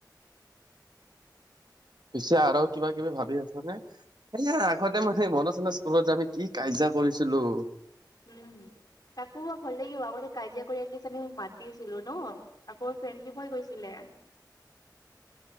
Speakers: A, on the right; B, on the left.
A: পিছে আৰু কিবা কিবি ভাবি আছা নে? সেয়া আগতে মানে মনত আছেনে স্কুলত যে আমি কি কাজিয়া কৰিছিলোঁ।
B: উম তাকো হ'লে আগতে কাজিয়া কৰি এলিষ্ট আমি মাতিছিলো ন' আকৌ ফ্ৰেণ্ডশিপ হৈ গৈছিলে।